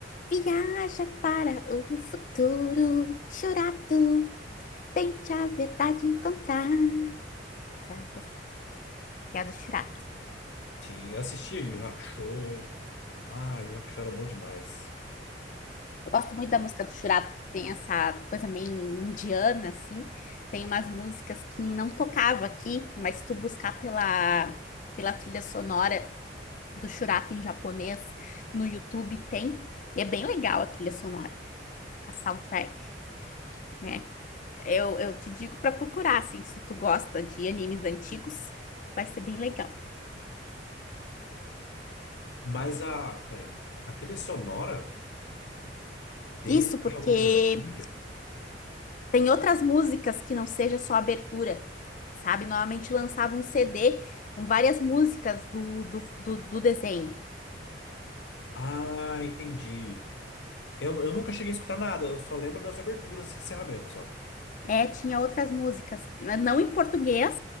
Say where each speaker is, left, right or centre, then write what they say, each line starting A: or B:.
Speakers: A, on the left (about 45°); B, on the left (about 75°).
A: viaja para o futuro. Churato, tente a verdade encontrar. Essa eu gostava, que é a do Churato.
B: Sim, eu assistia Yu Yu Hakusho. Ah, Yu Yu Hakusho era bom demais.
A: Eu gosto muito da música do Churato, que tem essa coisa meio indiana, assim. Tem umas músicas que não tocava aqui, mas se tu buscar pela, pela trilha sonora do Churato em japonês no YouTube, tem. E é bem legal a trilha sonora, a soundtrack, né? Eu, eu te digo para procurar, assim, se tu gosta de animes antigos, vai ser bem legal.
B: Mas a. Peraí. A trilha sonora deles
A: Isso
B: tem
A: porque
B: alguma coisa ruim?
A: tem outras músicas que não seja só abertura, sabe? Normalmente lançava um CD com várias músicas do, do, do, do desenho.
B: Ah, entendi. Eu, eu nunca cheguei a escutar nada, eu só lembro das aberturas e encerramentos, só.
A: É, tinha outras músicas, né, não em português,